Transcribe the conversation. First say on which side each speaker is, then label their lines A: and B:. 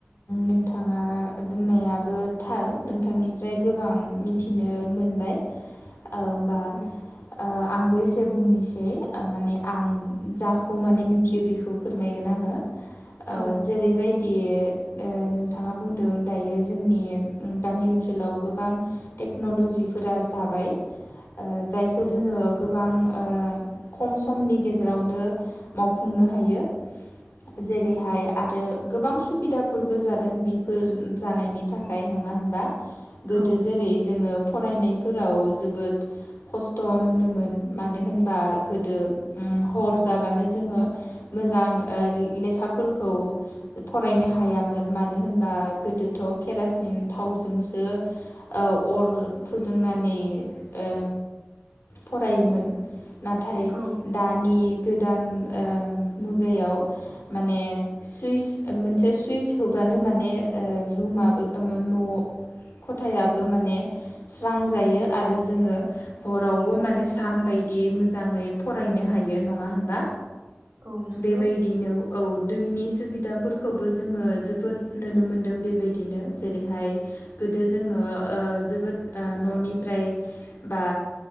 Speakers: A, on the left (about 80°); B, on the right (about 50°).
A: नोंथाङा बुंनायाबो थार नोंथांनिफ्राय गोबां मिथिनो मोनबाय। ओमबा।
B: औ
A: ओ आंबो इ बुंनिसै माने आं जाखौ माने मिथियो बिखो। फोरमायगोन आङो। ओ
B: औ
A: जेरैबाय। दि ओ नोंथाङा बुंदों दायो जोंनि गामि ओनसोलाव गोबां टेक्नलजिफोरा जाबाय। ओ जायखौ
B: औ
A: जोङो गोबां। ओ खम समनि गेजेरावनो मावफुंनो हायो। जेरैहाय आरो। गोबां सुबिदाफोरबो जादों बिफोर जानायनि थाखाय नङा होनबा? गोदो
B: औ
A: जेरै जोङो। फरायनायफोराव जोबोद खस्थ मोनोमोन मानो होनबा गोदो ओ हर जाबानो जोङो मोजां। ओ लेखाफोरखौ फरायनो हायामोन, मानो होनबा? गोदोथ केरासिन थावजोंसो ओ अर फोजोंनानै ओ फरायोमोन। नाथाय
B: औ
A: दानि गोदान ओ मुगायाव। माने सुइस मोनसे सुइस होबानो माने ओ रुमाबो ओ न खथायाबो माने स्रां जायो, आरो जोङो हरावबो माने सान बायदि मोजाङै फरायनो हायो, नङा होनबा?
B: औ नोंगौ।
A: बेबायदिनो औ दैनि सुबिदाफोरखौबो जोङो, जोबोद नोनो मोनदों। बेबायदिनो जेरैहाय गोदो जोङो ओ जोबोद ओ ननिफ्राय, बा